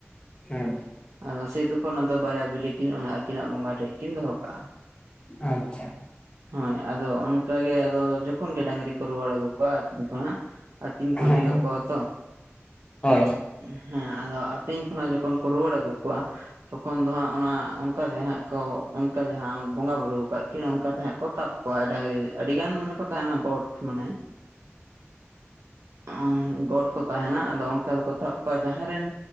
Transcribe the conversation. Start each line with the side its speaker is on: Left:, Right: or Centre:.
Left: ᱦᱮᱸ᱾
Right: ᱟᱫᱚ ᱥᱮ ᱛᱚᱠᱷᱚᱱ ᱟᱫᱚ ᱵᱟᱨᱮᱭᱟ ᱵᱤᱞᱤ ᱠᱤᱱ, ᱚᱱᱟ ᱟᱹᱠᱤᱱᱟᱜ ᱵᱚᱸᱜᱟ ᱴᱷᱮᱜ ᱠᱤᱱ ᱫᱚᱦᱚ ᱠᱟᱜᱼᱟ᱾
Left: ᱟᱪᱪᱷᱟ᱾
Right: ᱦᱳᱭ ᱟᱫᱚ ᱚᱱᱠᱟ ᱜᱮ ᱟᱫᱚ ᱡᱚᱠᱷᱚᱱ ᱜᱮ ᱰᱟᱹᱝᱨᱤ ᱠᱚ ᱨᱩᱣᱟᱹᱲ ᱟᱹᱜᱩ ᱠᱚᱣᱟ, ᱟᱛᱤᱧ ᱠᱷᱚᱱᱟᱜ ᱟᱛᱤᱧ
Left: ᱦᱮᱸ
Right: ᱠᱚ ᱤᱫᱤ ᱠᱟᱠᱚᱣᱟ ᱛᱚ
Left: ᱦᱳᱭ
Right: ᱾ ᱦᱮᱸ ᱟᱫᱚ ᱟᱹᱛᱤᱧ ᱠᱷᱚᱱᱟᱜ ᱡᱚᱠᱷᱚᱱ ᱠᱚ ᱨᱩᱭᱟᱹᱲ ᱟᱹᱜᱩ ᱠᱚᱣᱟ, ᱛᱚᱠᱷᱚᱱ ᱫᱚ ᱦᱟᱸᱜ ᱚᱱᱟ ᱚᱱᱠᱟ ᱜᱮ ᱦᱟᱸᱜ ᱛᱚ ᱚᱱᱠᱟ ᱡᱟᱦᱟᱸ ᱵᱚᱸᱜᱟ ᱵᱩᱨᱩ ᱟᱠᱟᱫ ᱠᱤᱱ, ᱚᱱᱠᱟ ᱛᱮ ᱦᱟᱸᱜ ᱠᱚ ᱛᱟᱵᱽ ᱠᱚᱣᱟ ᱰᱟᱝᱨᱤ᱾ ᱟᱹᱰᱤ ᱜᱟᱱ ᱢᱟᱱᱮ ᱠᱚ ᱛᱟᱦᱮᱱᱟ, ᱜᱚᱴ ᱢᱟᱱᱮ ᱚ ᱜᱚᱸᱴ ᱠᱚ ᱛᱟᱸᱦᱮᱱᱟ, ᱟᱫᱚ ᱚᱱᱠᱟ ᱫᱚᱠᱚ ᱛᱟᱵ ᱡᱟᱦᱟᱸᱭ ᱨᱮᱱ